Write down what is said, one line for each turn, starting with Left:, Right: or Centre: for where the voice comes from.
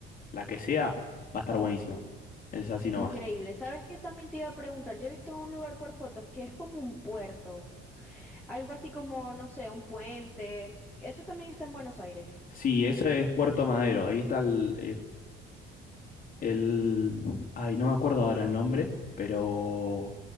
Left: la que sea, va a estar buenísima. Es así nomás.
Centre: increíble. ¿Sabes qué? También te iba a preguntar, yo he visto un lugar por fotos que es como un puerto, algo así como, no sé, un puente. Eso también está en Buenos Aires.
Left: Sí, ese es Puerto Madero. Ahí está el, El, ay, no me acuerdo ahora el nombre, pero